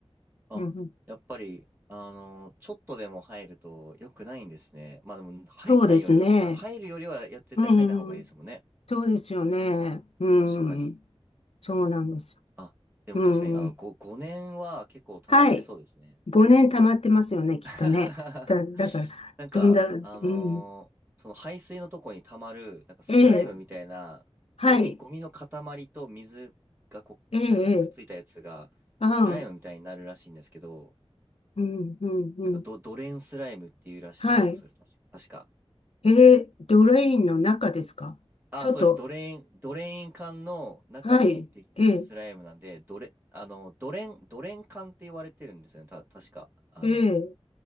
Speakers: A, on the right; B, on the left.
A: あ、
B: うん
A: やっぱり、あの、ちょっとでも入ると良くないんですね。まあでも、入んないより、
B: そうですね。
A: あ、入るよりはや、絶対入んない方がいいですもんね。
B: うん。そうですよね。うん。
A: 確かに。
B: そうなんですよ。
A: あ、でも確かに、
B: うん。
A: あの、5、5年は結構溜まってそうですね。
B: はい。5年溜まってますよね、きっとね。
A: <laughs>
B: だ、だから、
A: なんか、
B: どんな、うん。
A: あのーその排水のとこに溜まる、なんかスライムみたいなゴミ、
B: ええ。はい。
A: ゴミの塊と水がこう、
B: ええ、ええ。
A: なんかくっついたやつが、
B: ああ。
A: スライムみたいになるらしいんですけど、
B: うん、うん、うん。
A: なんかド、ドレーンスライムっていうらしいですよ、
B: はい。
A: それ確か。確か。
B: ええ、ドレインの中ですか外。
A: あ、そうです。ドレーン、ドレーン管の中にできるスライムなんで、
B: はい。ええ、
A: ドレ、あの、ドレン、ドレン管って言われてるんですよね。た、確か。あの、
B: え